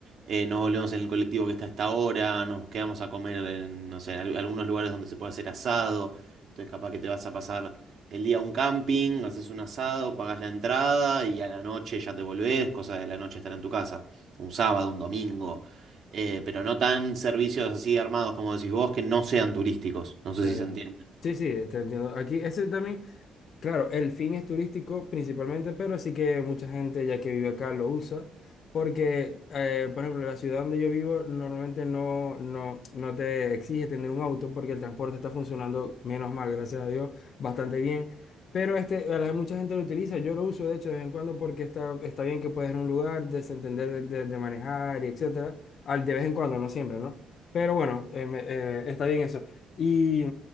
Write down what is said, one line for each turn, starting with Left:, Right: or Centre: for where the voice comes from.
Right: eh, nos volvemos en el colectivo que está a esta hora, nos quedamos a comer en, no sé, al- algunos lugares donde se puede hacer asado, entonces capaz que te vas a pasar el día un camping, haces un asado, pagas la entrada y a la noche ya te volvés, cosa de la noche estar en tu casa, un sábado, un domingo, Eh, pero no tan servicios así armados como decís vos que no sean turísticos, no
Left: Ya,
Right: sé si
Left: ya.
Right: se entiende.
Left: Sí, sí, te entiendo. Aquí, ese también, claro, el fin es turístico principalmente, pero sí que mucha gente ya que vive acá lo usa, porque, eh, por ejemplo, la ciudad donde yo vivo normalmente no, no, no te exige tener un auto porque el transporte está funcionando, menos mal, gracias a Dios, bastante bien. Pero este, a la- mucha gente lo utiliza, yo lo uso de hecho de vez en cuando porque está, está bien que puedes ir a un lugar, desentender de, de- de manejar y etcétera, al de vez en cuando, no siempre, ¿no? Pero bueno, eh, me- eh, está bien eso. Y